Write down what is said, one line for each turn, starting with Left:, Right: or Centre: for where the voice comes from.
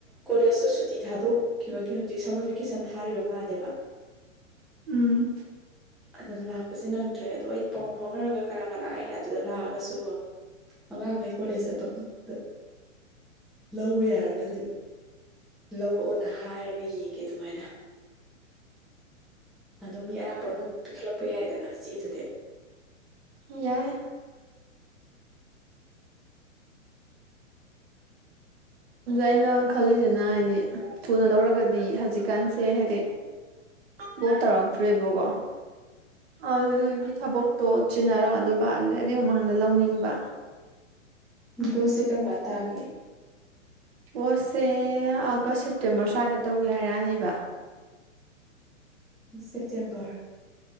Centre: ꯀꯣꯂꯦꯖꯇꯣ ꯁꯨꯇꯤ ꯊꯥꯗꯣꯛꯈꯤꯕꯒꯤ ꯍꯧꯖꯤꯛ ꯁꯝꯃꯔ ꯚꯦꯀꯦꯁꯟ ꯊꯥꯔꯤꯕ ꯃꯥꯜꯂꯦꯕ
Right: ꯎꯝ
Centre: ꯑꯗ ꯂꯥꯛꯄꯁꯤ ꯅꯪꯗ꯭ꯔꯦ ꯑꯗꯣ ꯑꯩ ꯄꯥꯎ ꯐꯥꯎꯅꯔꯒ ꯀꯅꯥ ꯀꯅꯥ ꯑꯩꯅ ꯑꯗꯨꯗ ꯂꯥꯛꯑꯒꯁꯨ ꯑꯉꯥꯡꯈꯩ ꯀꯣꯂꯦꯖ ꯆꯠꯄ ꯈꯛꯇ ꯂꯧꯕ ꯌꯥꯔꯒꯗꯤ ꯂꯧꯔꯛꯑꯣꯅ ꯍꯥꯏꯔꯒ ꯌꯦꯡꯒꯦ ꯑꯗꯨꯃꯥꯏꯅ ꯑꯗꯣ ꯃꯤ ꯑꯔꯥꯛꯄ ꯑꯃꯗ ꯑꯗꯨꯝ ꯄꯤꯈꯠꯂꯛꯄ ꯌꯥꯏꯗꯅ ꯆꯦꯗꯨꯗꯤ
Right: ꯌꯥꯏ ꯑꯩꯅ ꯈꯜꯂꯤꯁꯤꯅ ꯍꯥꯏꯗꯤ ꯊꯨꯅ ꯂꯧꯔꯒꯗꯤ ꯍꯧꯖꯤꯛꯀꯥꯟꯁꯦ ꯍꯥꯏꯗꯤ ꯕꯣꯠ ꯇꯧꯔꯛꯇ꯭ꯔꯦꯕꯀꯣ ꯑꯗꯨꯗꯨꯒꯤ ꯊꯕꯛꯇꯣ ꯆꯤꯟꯅꯔꯛ ꯑꯗꯨꯕ ꯑꯗꯨ ꯑꯗꯨ ꯃꯃꯥꯡꯗ ꯂꯧꯅꯤꯡꯕ
Centre: ꯕꯣꯠꯁꯤ ꯀꯔꯝ ꯀꯥꯟ ꯇꯥꯒꯦ
Right: ꯚꯣꯠꯁꯦ ꯑꯥꯒꯁ ꯁꯦꯞꯇꯦꯝꯕꯔ ꯁ꯭ꯋꯥꯏꯗ ꯇꯧꯒꯦ ꯍꯥꯏꯔꯛꯑꯅꯦꯕ
Centre: ꯁꯦꯞꯇꯦꯝꯕꯔ